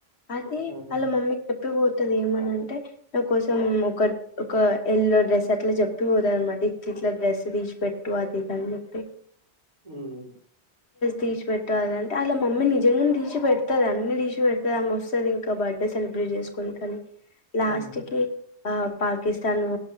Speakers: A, on the left; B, on the right.
A: అది
B: ఆహా
A: ఆళ్ల మమ్మీ చెప్పిపోతది ఏమనంటే నా కోసం ఒక ఒక ఎల్లో డ్రెస్ అట్ల చెప్పిపోతది అన్నమాట ఇట్ ఇట్ల డ్రెస్ పిక్స్ తీసి పెట్టు అది ఇది అని చెప్పి
B: హ్మ్
A: తీసి పెట్టు అంటే వాళ్ళ మమ్మీ నిజంగా తీసి పెడ్తది అన్ని తీసిపెడ్తది ఆమె వస్తది ఇంకా బర్త్డే సెలబ్రేట్ చేసుకోనికనీ లాస్ట్
B: ఆ
A: కి ఆ పాకిస్తాను